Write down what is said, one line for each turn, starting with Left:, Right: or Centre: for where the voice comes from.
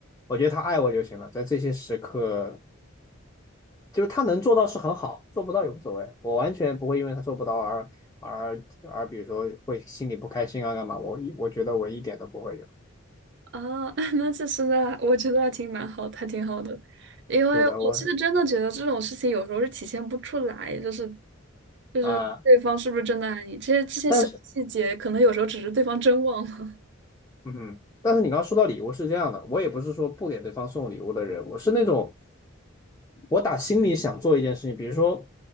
Left: 我觉得他爱我就行了，在这些时刻，就是他能做到是很好，做不到也无所谓，我完全不会因为他做不到而而而比如说会心里不开心啊干嘛，我一我觉得我一点都不会有，
Right: 啊，<laughs> 那其实呢，我觉得还挺蛮好的，还挺好的，因为我其实真的觉得这种事情有时候是体现不出来，
Left: 是的，我
Right: 就是就是对方是不是真的爱你，
Left: 啊。
Right: 这些这些小细节，
Left: 但是
Right: 可能有时候只是对方真忘了。
Left: 嗯哼但是你刚刚说到礼物是这样的，我也不是说不给对方送礼物的人，我是那种我打心里想做一件事情，比如说